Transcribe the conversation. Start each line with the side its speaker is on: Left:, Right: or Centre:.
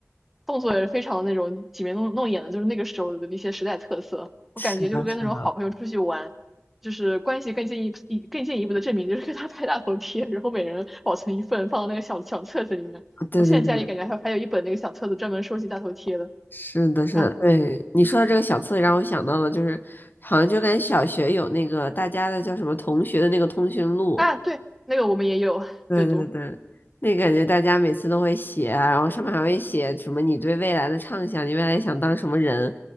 Centre: 动作也是非常那种挤眉弄弄眼的，就是那个时候的一些时代特色。我感觉就是跟那种好朋友出去玩，
Left: 是的，是的，
Centre: 就是关系更进一步、更进一步的证明，就是跟他拍大头贴，然后每人保存一份，放到那个小小册子里面。
Left: 对对对，
Centre: 我现在家里感觉还有还有一本那个小册子专门收集大头贴的。
Left: 是的，是的，
Centre: 哎
Left: 对。你说的这个小册子让我想到了，就是好像就跟小学有那个大家的叫什么同学的那个通讯录，
Centre: 啊，对，那个我们也有对读，
Left: 对对对，那感觉大家每次都会写啊然后上面还会写什么你对未来的畅想，你未来想当什么人，